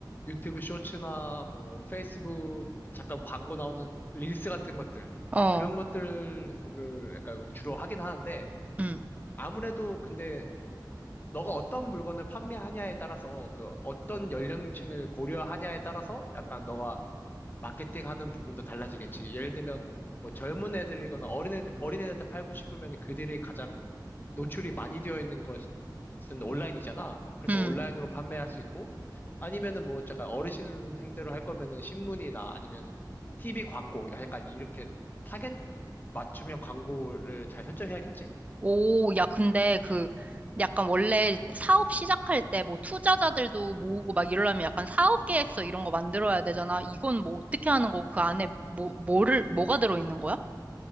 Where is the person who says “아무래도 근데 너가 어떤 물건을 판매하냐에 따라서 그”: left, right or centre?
Left